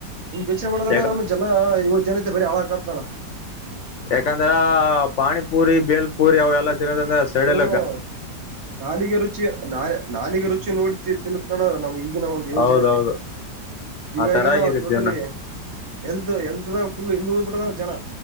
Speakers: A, on the right (about 55°); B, on the left (about 70°).
A: ನಿಂಗ್ ಯೋಚನೆ ಮಾಡಲಣ
B: ಯಾಕ
A: ನ ಜನ ಇವ ಜನತೆ ಬರಿ ಹಾಳ ಕಾಪ್ತಾನ
B: ಯಾಕಂದ್ರ ಪಾನಿಪುರಿ ಬೇಲ್ಪುರಿ ಅವ ಎಲ್ಲ ತಿಿನೋದಂದ್ರೆ ಸೆಳಲ್ಲ
A: ಹ್ಮ್
B: ಗ
A: ನಾಲಿಗೆ ರುಚಿ ನಾ ನಾಲಿಗೆ ರುಚಿ ನೋಡಿತಿ ತಿಂದು ಕಣ ನಮ ಈ ಒಂದು ಯೋಜನೆ
B: ಹೌದೌದು
A: ಈಗಗ
B: ಆ ತರ
A: ನಾ
B: ಆಗಿದೆ
A: ಟೋಟಲಿ
B: ಜೀವನ
A: ಎಲ್ತ್ ಎಲ್ತ್ ಪುಲ್ ಇಂದ್ ಉಲ್ಧ್ ಬಿಟ್ಟದಾನ ಜನ